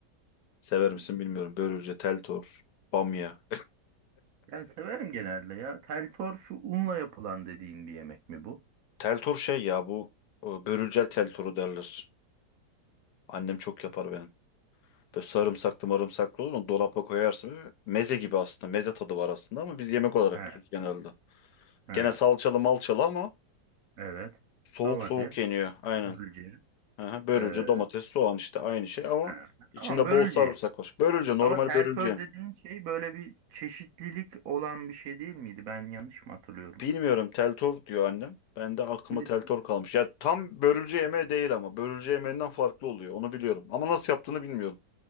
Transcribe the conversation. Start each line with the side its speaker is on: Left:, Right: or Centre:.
Left: Sever
Right: Hmm.
Left: misin bilmiyorum. Börülce, teltor, bamya.
Right: Ben severim genelde ya. Teltor şu unla yapılan dediğin bir yemek mi bu?
Left: Teltor şey ya bu e, börülcel teltoru derler. Annem çok yapar benim. Böyle sarımsaklı marımsaklı olur onu dolapa koyarsın. Böyle Meze gibi aslında. Meze tadı var aslında ama biz yemek olarak
Right: He,
Left: yiyoruz genelde.
Right: he.
Left: Gene salçalı malçalı ama
Right: Evet.
Left: soğuk
Right: Domates,
Left: soğuk yeniyor. Aynen.
Right: börülce.
Left: Aha, börülce,
Right: Ee,
Left: domates, soğan işte aynı şey ama
Right: ha,
Left: içinde
Right: tamam börülce.
Left: bol sarımsak var. Börülce normal
Right: Ama tentör
Left: börülce.
Right: dediğin şey böyle bir çeşitlilik olan bir şey değil miydi? Ben yanlış mı hatırlıyorum?
Left: Bilmiyorum Teltor diyor annem. Ben de aklıma
Right: Şimdi
Left: Teltor kalmış. Ya tam börülce yemeği değil ama börülce yemeğinden farklı oluyor. Onu biliyorum. Ama nasıl yaptığını bilmiyorum.